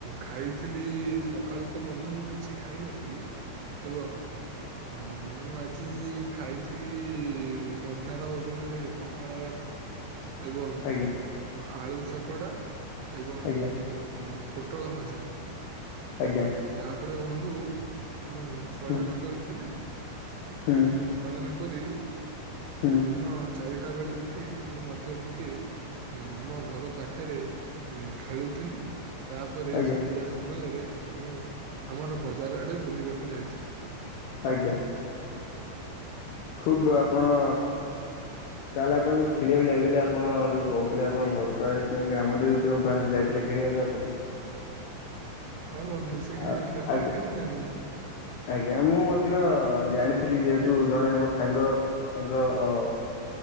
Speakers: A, on the right (about 80°); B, on the left (about 80°).
A: ଖାଇ ଥିଲି ସକାଳୁ ତ ବନ୍ଧୁ ମୁଁ କିଛି ଖାଇ ନଥିଲି ଏବଂ ଅ ମୁଁ ଆଜି ଖାଇଥିଲି ମଧ୍ୟାହ୍ନ ଭୋଜନରେ ପଖାଳ ଭାତ। ତ ଏବଂ
B: ଆଜ୍ଞା
A: ଆଳୁ ଚକଡା ଏବଂ
B: ଆଜ୍ଞା
A: ପୋଟଳ ଭଜା।
B: ଆଜ୍ଞା
A: ତାପରେ ବନ୍ଧୁ ମୁଁ ଶୟନ
B: ହୁଁ
A: କରିଥିଲି।
B: ହୁଁ
A: ଶୟନ କରି
B: ହୁଁ
A: ଦିନ ଚାରିଟା ବେଳେ ଉଠି ମୁଁ ମଧ୍ୟ ଟିକେ ଏ ଆମ ଘର ପାଖରେ ଖେଳୁଥିଲି। ତାପରେ
B: ଆଜ୍ଞା
A: ସନ୍ଧ୍ୟା ସମୟରେ ମୁଁ ଆମର ବଜାର ଆଡେ ବୁଲିବାକୁ ଯାଇଥିଲି।
B: ଆଜ୍ଞା। ଖୁବ ଆପଣ ତାହେଲେ ଆପଣ ଯୋଉ ଖେଳିବାକୁ ଯାଇଥିଲେ ଆପଣ ଯୋଉ କହୁଥିଲେ ଆପଣ ଘର ପାଖରେ କି ଗ୍ରାମ ଦେବତୀଙ୍କ ପାଖରେ ଯାଇଥିଲେ ଖେଳିବାକୁ ଆପଣ।
A: ହଁ ବନ୍ଧୁ ସେଇଠିକି
B: ଆ
A: ଯାଇଥିଲେ ଆପଣ
B: ଆଜ୍ଞା
A: କେମିତି ଜାଣିଲେ?
B: ଆଜ୍ଞା ମୁଁ ମଧ୍ୟ ଜାଣିଥିଲି। ଯେହେତୁ ଜଣେ ମୋ ସାଙ୍ଗ ତାଙ୍କ ଅ